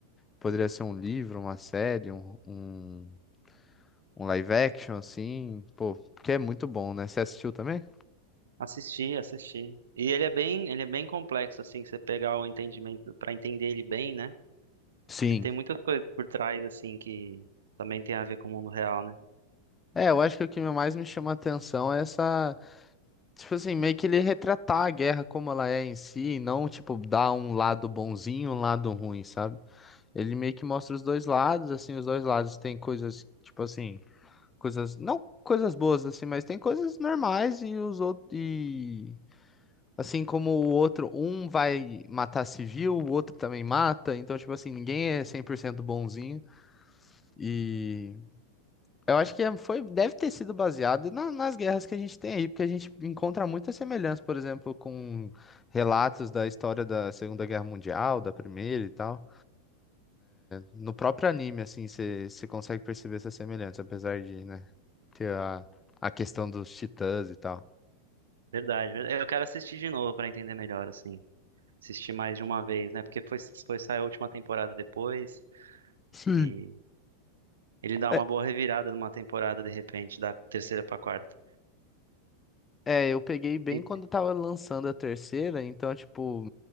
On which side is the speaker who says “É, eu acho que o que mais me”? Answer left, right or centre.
Left